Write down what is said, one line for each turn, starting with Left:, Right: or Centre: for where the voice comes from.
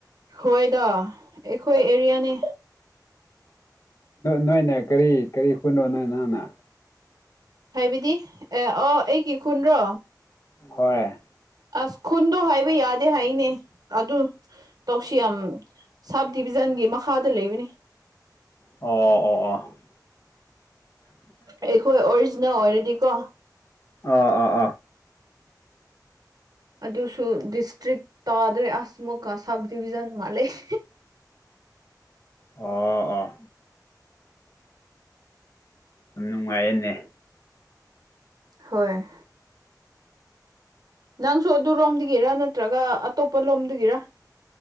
Right: ꯍꯣꯏꯗ ꯑꯩꯈꯣꯏ ꯑꯦꯔꯤꯌꯥꯅꯤ
Left: ꯅꯣꯏꯅꯦ ꯀꯔꯤ ꯀꯔꯤ ꯍꯨꯏꯅꯣ ꯅꯣꯏ ꯅꯪꯅ
Right: ꯍꯥꯏꯕꯤꯗꯤ ꯑꯦ ꯑꯣ ꯑꯩꯒꯤ ꯈꯨꯟ꯭ꯔꯣ
Left: ꯍꯣꯏ
Right: ꯑꯁ ꯈꯨꯟꯗꯣ ꯍꯥꯏꯕ ꯌꯥꯗꯦ ꯍꯥꯏꯅꯦ ꯑꯗꯨ ꯇꯧꯁꯤ ꯌꯥꯝ ꯁꯕ ꯗꯤꯕꯤꯖꯟꯒꯤ ꯃꯈꯥꯗ ꯂꯩꯕꯅꯤ
Left: ꯑꯣ ꯑꯣ ꯑꯣ
Right: ꯑꯩꯈꯣꯏ ꯑꯣꯔꯖꯤꯅ ꯑꯣꯏꯔꯗꯤꯀꯣ
Left: ꯑꯣꯥ ꯑꯥ
Right: ꯑꯗꯨꯁꯨ ꯗꯤꯁꯇ꯭ꯔꯤꯛ ꯇꯥꯗ꯭ꯔꯦ ꯑꯁꯃꯨꯛꯀ ꯁꯕ ꯗꯤꯕꯤꯖꯟ ꯑꯃ ꯂꯩꯦ
Left: ꯑꯣꯥ ꯑꯥ ꯌꯥꯝ ꯅꯨꯡꯉꯥꯏꯌꯦꯅꯦ
Right: ꯍꯣꯏ ꯅꯪꯁꯨ ꯑꯗꯨꯔꯣꯝꯗꯒꯤꯔ ꯅꯠꯇ꯭ꯔꯒ ꯑꯇꯣꯞꯄ ꯂꯣꯝꯗꯒꯤꯔ